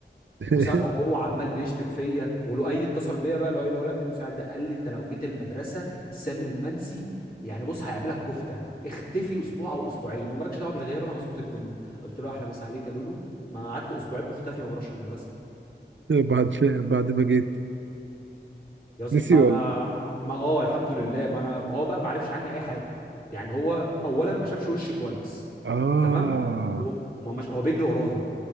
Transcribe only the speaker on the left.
وسامعه جوه عمال بيشتم فيا ولؤي اتصل بيا بقى لؤي اللي هو الامين المساعد ده قال لي انت لو جيت المدرسه سامي المنسي يعني بص هيعملك كفته اختفي اسبوع او اسبوعين ومالكش دعوه بالغياب انا هظبط الدنيا قلت له احلى مسا عليك يا لولو ما قعدت اسبوعين مختفي ما بروحش المدرسه
يا اسطى
ما
ما ما اه الحمد لله ما انا ما هو بقى ما عرفش عني اي حاجه يعني هو اولا ما شافش وشي كويس
تمام وما مش هو بيجري ورايا